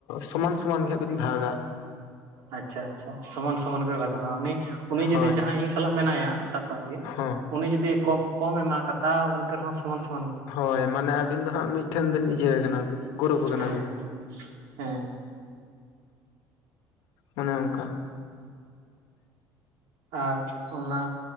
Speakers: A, on the left; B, on the right.
A: ᱥᱚᱢᱟᱱ ᱥᱚᱢᱟᱱ ᱜᱮ ᱦᱟ ᱵᱮᱱ ᱵᱷᱟᱜᱟ
B: ᱟᱪᱷᱟ ᱟᱪᱷᱟ ᱥᱚᱢᱟᱱ ᱥᱚᱢᱟᱱ ᱜᱮ ᱵᱷᱟᱜᱚᱜ-ᱟ ᱩᱱᱤ ᱩᱱᱤ
A: ᱦᱳᱭ
B: ᱡᱩᱫᱤ ᱡᱟᱦᱟᱭ ᱤᱧ ᱥᱟᱞᱟᱜ ᱢᱮᱱᱟᱭᱟ <unintelligible>
A: ᱦᱚᱸ
B: ᱩᱱᱤ ᱡᱩᱫᱤ ᱠᱚᱢ ᱠᱚᱢᱮ ᱢᱟᱜᱟ ᱛᱟᱣ ᱮᱱᱛᱮ ᱨᱮᱦᱚ ᱥᱚᱢᱟᱱ ᱥᱚ..
A: ᱦᱳᱭ ᱢᱟᱱᱮ ᱟᱹᱵᱤᱱ ᱫᱚ ᱦᱟᱜ ᱢᱤᱫᱴᱷᱮᱱ ᱵᱤᱱ ᱤᱭᱟᱹ ᱠᱟᱱᱟ ᱵᱤᱱ ᱜᱨᱩᱯ ᱠᱟᱱᱟ
B: ᱦᱮ ᱦᱮ
A: ᱵᱤᱱ
B: ᱦᱮᱻ
A: ᱚᱱᱮ ᱚᱝᱠᱟ
B: ᱟᱨ ᱚᱱᱟ